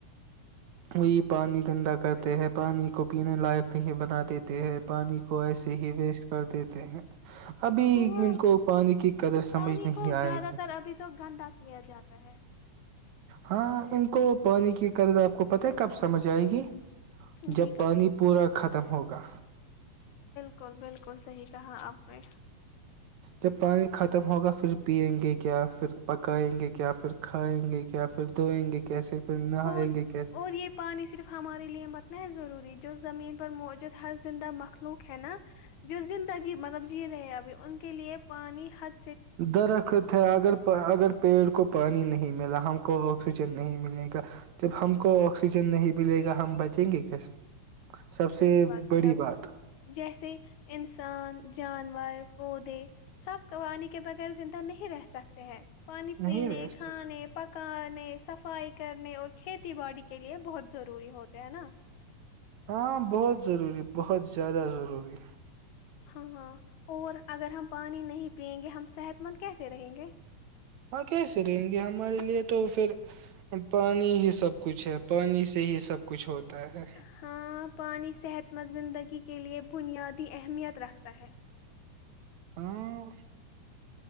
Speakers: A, on the right; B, on the left.
A: وہی پانی گندا کرتے ہیں پانی کو پینے لائق نہیں بنا دیتے ہیں پانی کو ایسے ہی ویسٹ کرتے کہ ہیں <unintelligible> ابھی
B: ہاں
A: ان کو پانی کی قدر سمجھ
B: پانی
A: نہیں
B: کو زیادہ
A: آئے گی
B: تر ابھی تو گندا کیا جاتا ہے
A: ہاں ان کو پانی کی قدر آپ کو پتہ ہے کب سمجھ آئے گی جب
B: جی کا
A: پانی پورا ختم ہوگا
B: بالکل بالکل صحیح کہا آپ نے
A: جب پانی ختم ہوگا پھر پیئیں گے کیا پھر پکائیں گے کیا پھر کھائیں گے کیا پھر دھوئیں گے کیسے پھر نہائیں
B: اور
A: گے کیسے
B: اور یہ پانی صرف ہمارے لیے متنا ہے ضروری جو زمین پر موجود ہر زندہ مخ لوک ہے نا جو زندگی مطلب جی رہے ہیں ابھی ان کے لیے پانی حت
A: درخت ہے اگر اگر پیڑ کو پانی نہیں ملا ہم کو آکسیجن نہیں ملے گا جب ہم کو آکسیجن نہیں ملے گا ہم بچیں گے کیسے سب سے
B: صحیح بات
A: بڑی
B: ہے آپ
A: بات
B: جیسے انسان جانور وہ د سب قوانی کے بغیر زندہ نہیں رہ سکتا کرتے ہیں پانی
A: نہیں
B: پینے
A: ویسٹ
B: کھانے پکان سفائی کرنے اور کھیتی باڑی کے لیے بہت ضروری ہوتے ہے نا
A: ہاں بہت ضروری بہت زیادہ ضروری
B: ہاں ہاں اور اگر ہم پانی نہیں پیئیں گے ہم صحت مند کیسے رہیں گے
A: ہاں کیسے رہیں گے ہمارے لیے تو پھر پانی ہی سب کچھ ہے پانی سے ہی سب کچھ ہوتا ہے
B: ہاں پانیانی صحت مند زندگی کے لئے بنیادی اہمیت رکھتا ہے
A: ہاں